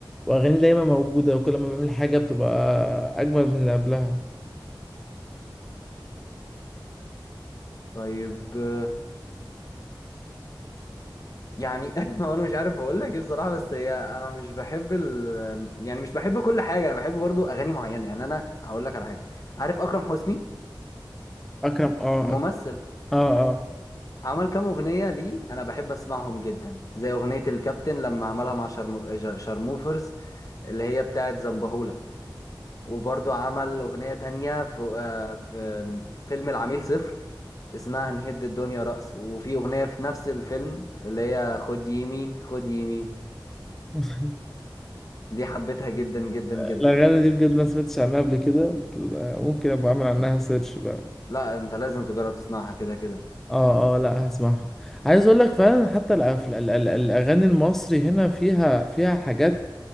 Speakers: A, in the centre; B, on the left.
A: وأغاني دايما موجودة وكل ما بيعمل حاجة بتبقى أجمل من اللي قبلها
B: طيب آه، يعني <laughs> هو انا مش عارف اقول لك ايه بصراحه بس هي انا مش بحب ال... يعني مش بحب كل حاجه انا بحب برضو اغاني معينه يعني انا هقول لك على حاجه عارف اكرم حسني
A: أكرم أه
B: الممثل
A: أك- أه أه
B: عمل كام اغنيه ليه انا بحب اسمعهم جدا زي اغنيه الكابتن لما عملها مع شرمو... ج- شرموفرز اللي هي بتاعه زنبهولة وبرضو عمل اغنيه تانية في آه، في فيلم العميل صفر اسمها نهد الدنيا رأس وفي اغنيه في نفس الفيلم اللي هي خد يمين خد يمين
A: <laughs>
B: دي حبيتها جدا جدا جدا
A: الأغاني دي بجد ما سمعتش عنها قبل كده بتل- ممكن أبقى أعمل عنها سيرش بقى
B: لا انت لازم تجرب تسمعها كده كده
A: أه أه لأ هسمعها عايز أقول لك فعلا حتى الأف- ال- ال- الأغاني المصري هنا فيها فيها حاجات